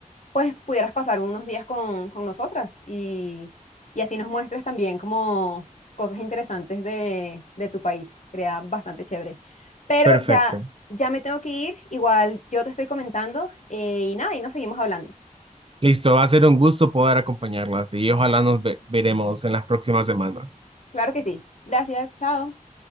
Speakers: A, on the left; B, on the right.
A: pues pudieras pasar unos días con, con nosotras y, y así nos muestres también como cosas interesantes de, de tu país. Sería bastante chévere. Pero
B: perfecto.
A: ya, ya me tengo que ir, igual yo te estoy comentando eh, y nada, y nos seguimos hablando.
B: Listo, va a ser un gusto poder acompañarlas y ojalá nos ve- veremos en las próximas semanas.
A: Claro que sí. Gracias, chao.